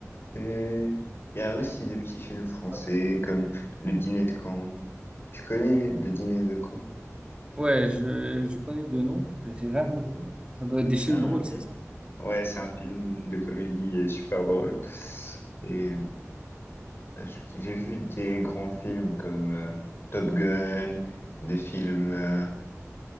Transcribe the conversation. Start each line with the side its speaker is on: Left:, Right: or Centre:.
Left: Et il y a aussi des petits films français
Right: ta table de compte.
Left: comme Le Dîner de Caen. Tu connais Le Dîner de Caen?
Right: Ouais, je, je connais deux noms, mais j'ai jamais vu. Ça doit être des
Left: C'est
Right: films
Left: un
Right: drôles, c'est
Left: film.
Right: ça?
Left: Ouais, c'est un film de comédie euh, super drôle. Et Parce que J'ai vu des grands films comme euh, Top Gun, des films euh,